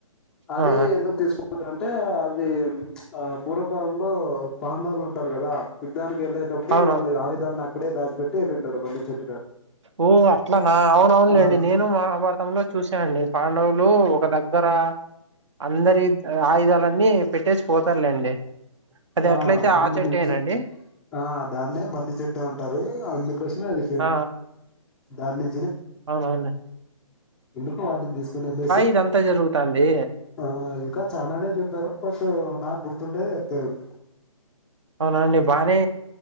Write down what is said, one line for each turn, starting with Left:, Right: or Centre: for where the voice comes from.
Centre: అదే
Right: ఆ ఆ
Centre: ఎందుకు తీసుకు ంటే అది ఆ పూర్వకాలంలో పండవులు ఉంటారు కదా యుద్దానికి వెళ్ేటప్పు
Right: అవును
Centre: వాళ్ళ ఆయుధాలను అడ దాచి పెట్టి వెళ్ళంటారు బళ్లి చెట్టు
Right: ఓ అట్లా నా అవున అవునులేండి
Centre: ఆ
Right: నేను మహాభారతంలో చూసానునండి పాండవు లు ఒక దగ్గర అందరి ఆయుధాలన్నిీ పెట్టేసి పోతారులేండి అది
Centre: ఆ
Right: ఎట్లయితే
Centre: అందు
Right: చెట్టేనండి
Centre: నుంచి ఆ దాన్నే బన్నీ చెట్టు ఉంటారు అందుకోసమే అది
Right: ఆ
Centre: దాన్ని
Right: అవు అను
Centre: ఎందుకు వాటిని తీసుకుని వెళ్ళసి
Right: ఇదంతా జరుగుతాంది
Centre: ఆ ఇంకా చానానే చెప్పారు బట్ నాకు గుర్తుండేది ఉంది
Right: అవునండి బానే